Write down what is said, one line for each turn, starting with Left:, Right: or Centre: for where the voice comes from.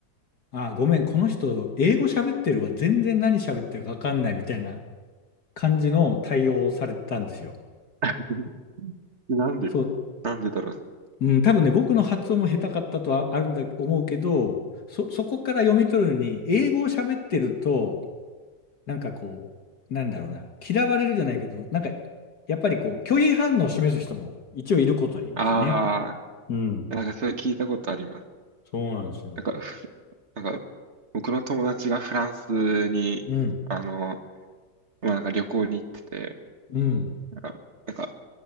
Left: あ、ごめん、この人、英語喋ってるわ、全然何喋ってるか分かんないみたいな感じの対応をされたんですよ。
Right: <laughs> なんで、
Left: そう、
Right: なんでだろう。
Left: うん、多分ね、僕の発音も下手かったとはあるんだ、思うけど、そ、そこから読み取るのに、英語を喋ってると、なんかこう、なんだろうな、嫌われるじゃないけど、なんか、やっぱりこう、拒否反応を示す人も一応いることはいますね。
Right: あ
Left: うん。
Right: あ、なんかそれ聞いたことあります。
Left: そうなんですよ。
Right: なんか、ふなんか、僕の友達がフランスに、
Left: うん。
Right: あの、まあ、なんか旅行に行ってて、
Left: うん。
Right: あ、なんか、